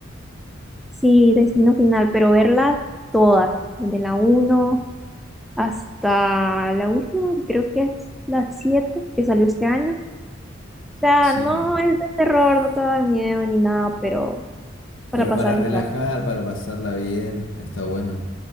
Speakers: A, in the centre; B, on the left.
A: Sí, Destino Final, pero verlas todas, desde la uno. hasta la última, que creo que es la 7 que salió este año. O sea,
B: Sí,
A: no es de terror, no te da miedo ni nada, pero para
B: pero
A: pasar
B: para
A: el
B: relajar,
A: rato.
B: para pasarla bien, está bueno.